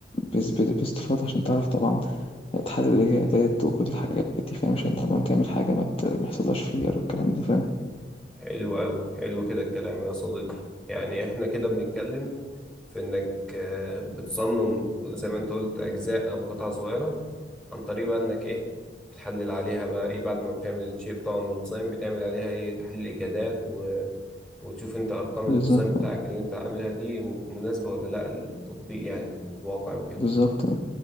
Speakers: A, on the left; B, in the centre.
A: بس- بس- باستفاضة عشان تعرف طبعا تحلل الإجابات وكل الحاجات دي فاهم عشان طبعا تعمل حاجة ما ت- ما يحصلهاش فيلير والكلام ده فاهم
B: حلو أوي حلو كده الكلام يا صديقي يعني احنا كده بنتكلم في انك آه، بتصمم زي ما انت قلت اجزاء او قطع صغيرة عن طريق بقى انك ايه بتحلل عليها بقى ايه بعد ما بتعمل الشيب طبعا والديزاين بتعمل عليها ايه تحليل اجهادات و... وتشوف انت ارقام
A: بالظبط
B: الديزاين بتاعك اللي انت عاملها دي مناسبة ولا لا للتطبيق يعني والواقع وكده
A: بالظبط